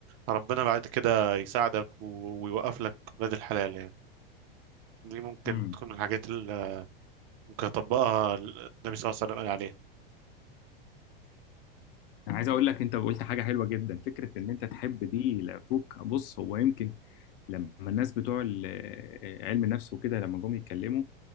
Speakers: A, on the right; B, on the left.
A: ربنا بعد كده يساعدك و- ويوقف لك ولاد الحلال يعني دي ممكن
B: امم
A: تكون من الحاجات اللي ممكن يطبقها النبي صلى الله عليه وسلم قال عليها
B: انا عايز اقول لك انت قلت حاجه حلوه جدا فكره ان انت تحب دي لاخوك بص هو يمكن لما الناس بتوع ال- آه، علم النفس وكده لما جم يتكلموا